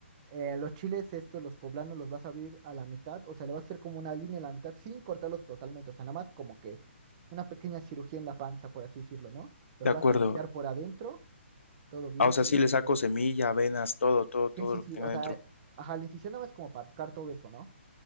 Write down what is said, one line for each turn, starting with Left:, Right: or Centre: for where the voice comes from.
Right: Eh, los chiles estos, los poblanos, los vas a abrir a la mitad, o sea, le vas a hacer como una línea a la mitad sin cortarlos totalmente, o sea, nada más como que una pequeña cirugía en la panza, por así decirlo, ¿no? Los
Left: de acuerdo.
Right: vas a limpiar por adentro. Todo bien,
Left: Ah, o sea,
Right: todo
Left: sí le saco
Right: lindo.
Left: semilla, avenas, todo, todo, todo
Right: Sí, sí,
Left: lo
Right: sí.
Left: que tenga
Right: O sea,
Left: dentro.
Right: ajá, la incisión no es como para sacar todo eso, ¿no?